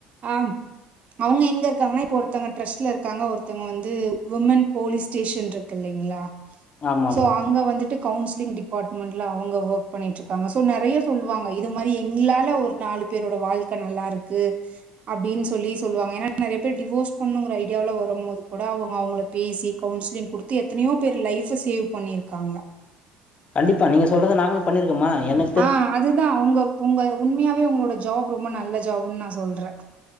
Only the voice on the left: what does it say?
ஆமா ஆமா
கண்டிப்பா நீங்க சொல்றது நாங்களு பண்ணிருக்கோம்மா எனக்